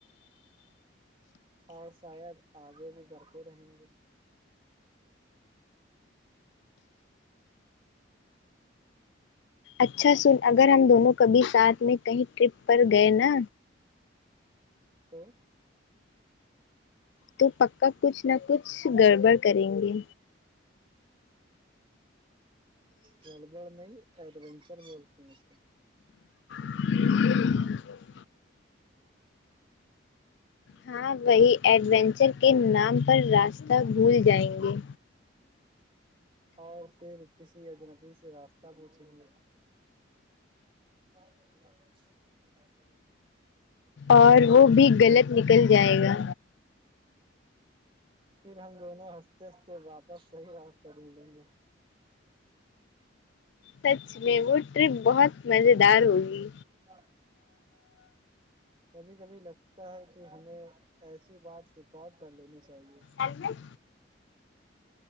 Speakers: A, on the right (about 25°); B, on the left (about 65°).
A: اور شاید آگے بھی کرتے رہیں گے
B: اچھا سن اگر ہم دونوں کبھی ساتھ میں کہیں ٹرپ پر گئے نا
A: تو
B: تو پکا کچھ نہ کچھ گڑبڑ کریں گے
A: گڑبڑ نہیں ایڈینچر بولتے ہیں
B: <inaudible> ہاں وہی ایڈونچر کے نام پر راستہ بھول جائیں گے
A: اور فر کسی اجنبی سے راستہ پوچھیں گے <unintelligible>
B: اور وہ بھی غلط نکل جائے گا
A: پھر ہم دونوں ہنستے ہنستے واپس صحیح راستہ ڈھونڈے گے
B: سچ میں وہ ٹرپ بہت مزیدار ہوگی
A: ہ <unintelligible> کبھی کبھی لگتا ہے کہ ہمیں ایسی بات ریکارڈ کر لینی چاہیے
B: ال <unintelligible>